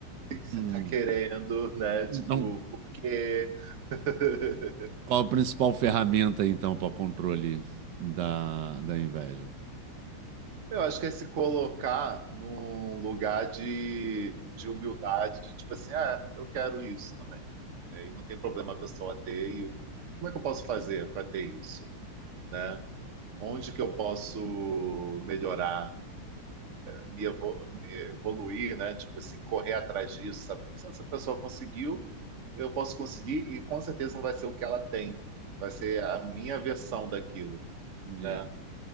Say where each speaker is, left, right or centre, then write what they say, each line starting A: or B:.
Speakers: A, on the right; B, on the right.
A: que que você
B: Hum.
A: está querendo, né?
B: Então,
A: Tipo, por quê? <laughs>
B: Qual a principal ferramenta, então, para o controle da, da inveja?
A: Eu acho que é se colocar num lugar de, de humildade, de tipo assim, ah, eu quero isso também. É, e não tem problema a pessoa ter. E eu- como é que eu posso fazer para ter isso, né? Onde que eu posso melhorar, me, evo- me evoluir, né? Tipo assim, correr atrás disso, sabe? Se essa pessoa conseguiu, eu posso conseguir e com certeza não vai ser o que ela tem. Vai ser a minha versão daquilo,
B: Yeah.
A: né?